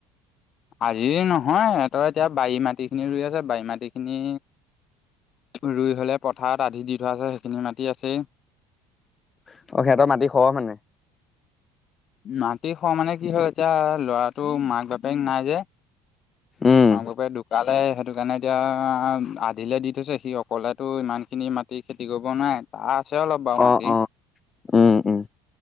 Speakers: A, on the left; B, on the left.
A: আজিয়ে নহয় সেহঁতৰ এতিয়া বাৰী মাটি খিনি ৰুই আছে। বাৰী মাটি খিনি ৰুই হ'লে পথাৰত আধি দি থোৱা আছে। সেইখিনি মাটি আছেই
B: অ', সেহতৰ মাটি খহ মানে?
A: মাটি খহ মানে কি হয় এতিয়া, ল'ৰাটো মাক বাপেক নাই যে।
B: উম
A: মাক, বাপেক ধুকালে সেইটো কাৰণে এতিয়া আধিলে দি থৈছে। সি অকলেতো ইমানখিনি মাটি খেতি কৰিব নোৱাৰে। আছে অলপ বাউ মাটি।
B: অ অ উম উম